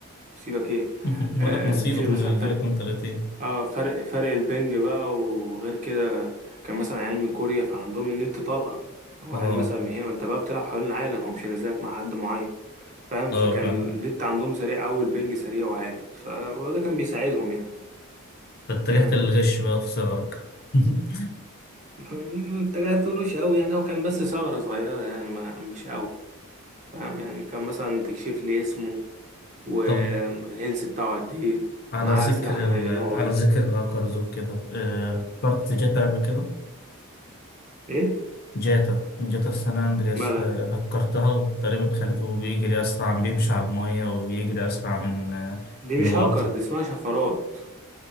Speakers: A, on the right; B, on the left.
A: سيبك ايه
B: <laughs> نقول
A: آه
B: لك نصيبك
A: في مثلا
B: انه يجيبك
A: فرق
B: من طليقتين
A: اه فرق فرق البنج بقى وغير كده كان مثلا عيال من كوريا فعندهم النت طلقة او
B: اه
A: عيال مثلا من هنا انت بقى بتلعب حوالين العالم هو مش نازلك مع حد معين فاهم فكان
B: اه فاهم
A: النت عندهم سريع قوي البنج سريع وعالي ف- وده كان بيساعدهم يعني
B: فاتجهت
A: فاهم
B: للغش بقى في صغرك <laughs>
A: <laughs> انت قاعد تقولوش قوي يعني هو كان بس ثغرة صغيرة يعني ما مش قوي فاهم يعني كان مثلا تكشف لي اسمه والهيلث
B: طب
A: بتاعه قد ايه
B: على
A: معاه
B: ذكر
A: سلاح
B: ال...
A: نوعه
B: على
A: ايه
B: ذكر الهاكرز وكده آه، هكرت جاتا قبل كده
A: ايه
B: جاتا جاتا سان اندرياس
A: مالها
B: ه- هكرتها وتقريبا خليته بيجري اسرع بيمشي على المية ويجري اسرع من آه،
A: دي مش
B: من القطر
A: هاكر دي اسمها شفرات